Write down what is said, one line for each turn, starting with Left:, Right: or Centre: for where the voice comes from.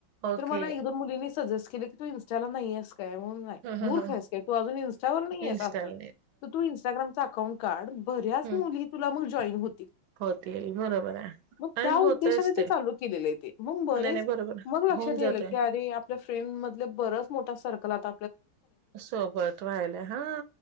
Right: ओके
Left: आणि मला एक दोन मुलींनी सजेस्ट केलं की तू इन्स्टाला नाहीस काय म्हणून नाही
Right: ह ह
Left: मूर्खास
Right: ह
Left: काय तू अजून इं्स्टावर नाही आहेस
Right: इन्स्टॉल
Left: अस तर तू इं्स्टाग्रामचा अकाउंट काड बऱ्याच
Right: हम्म
Left: मुली तुला मंग जॉईन होतील.
Right: होतील बरोबर आहे
Left: मग
Right: आणि
Left: त्या
Right: होतयच
Left: उद्देशाने ते चालू केलेलं आहे मग बरेच
Right: नाही नाही बरोबर
Left: मग लक्षात
Right: होऊन जातय
Left: येल की अरे आपल्या फ्रेंड मधले बरच मोठा सर्कल आत
Right: सोबत राहिला हा